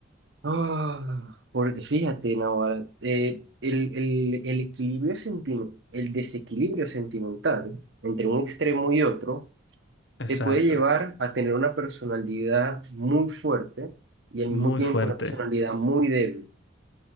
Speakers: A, on the right; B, on the left.
A: Ah, porque fíjate, Navarra, eh, el, el, el equilibrio sentimental, el desequilibrio sentimental entre un extremo y otro
B: exacto.
A: te puede llevar a tener una personalidad muy fuerte y al
B: Muy
A: mismo tiempo
B: fuerte.
A: una personalidad muy débil.